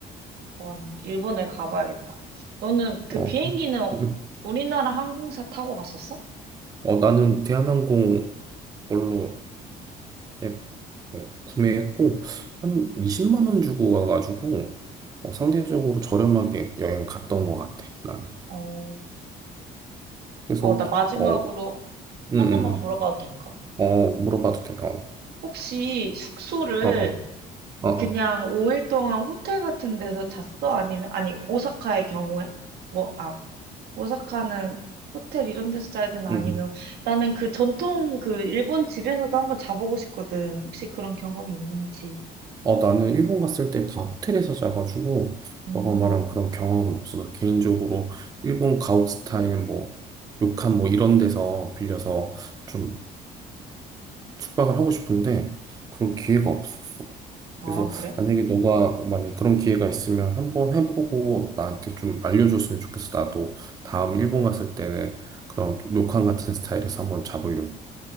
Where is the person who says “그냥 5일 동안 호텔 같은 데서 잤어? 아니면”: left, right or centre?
Right